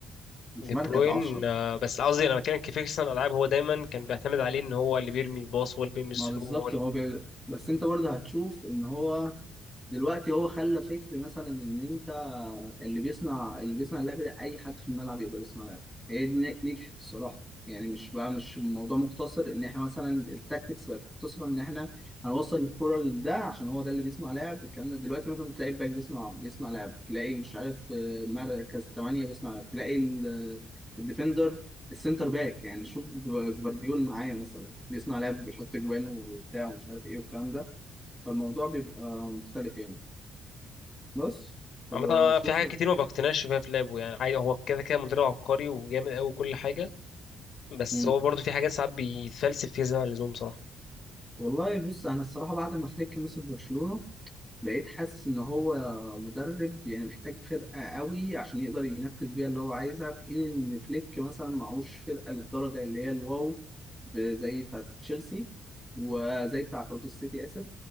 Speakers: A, in the centre; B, on the left (about 70°).
A: مش
B: دي
A: مركز
B: بروين
A: 10
B: آه، بس قصدي انا بتكلم كفيكسن العاب هو دايما كان بيعتمد عليه ان هو اللي بيرمي الباص هو اللي بيرمي الثرو
A: ما بالظبط
B: هو اللي-
A: هو بي... بس انت برضه هتشوف ان هو دلوقتي هو خلى فكر مثلا ان انت اللي بيصنع اللي بيصنع اللعبه دي اي حد في الملعب يقدر يصنع لعبه هي دي ن- نجحت الصراحه يعني مش بقى مش الموضوع مقتصر ان احنا مثلا التاكتكس بقت مقتصره ان احنا هنوصل الكره لده عشان هو ده اللي بيصنع لعب الكلام ده دلوقتي مثلا تلاقي الباك بيصنع بيصنع لعب تلاقي مش عارف آه، مركز 8 بيصنع لعب تلاقي ال- الديفندر السنتر باك يعني شوف جف- جفارديول معايا مثلا بيصنع لعب بيحط جوان وبتاع ومش عارف ايه والكلام ده فالموضوع بيبقى مختلف يعني بس طب
B: عامة
A: شوف
B: في حاجات كتير ما بقتنعش بيها في لعبه يعني عادي هو كده كده مدرب عبقري وجامد قوي كل حاجة بس
A: مم.
B: هو برضه في حاجات ساعات بيتفلسف فيها زي ما اللزوم بصراحة
A: والله بص انا الصراحه بعد ما فليك مسك برشلونه بقيت حاسس ان هو مدرب يعني محتاج فرقه قوي عشان يقدر ينفذ بيها اللي هو عايزها في حين ان فليك مثلا معهوش فرقه للدرجه اللي هي الواو ب- زي بتاعه تشيلسي وزي بتاعه اوتو سيتي اسف